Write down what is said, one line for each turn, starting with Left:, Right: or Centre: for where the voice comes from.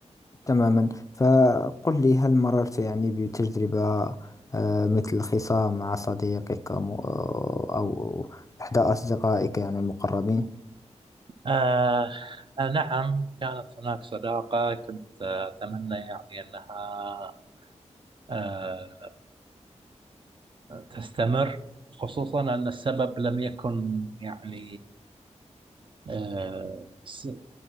Left: تماما فقل لي هل مررت يعني بتجربة آه، مثل خصام مع صديقك م- أو إحدى أصدقائك يعني المقربين
Right: آه آه، نعم كانت هناك صداقة كنت آه، أتمنى يعني أنها آه، تستمر خصوصا أن السبب لم يكن يعني آه، س-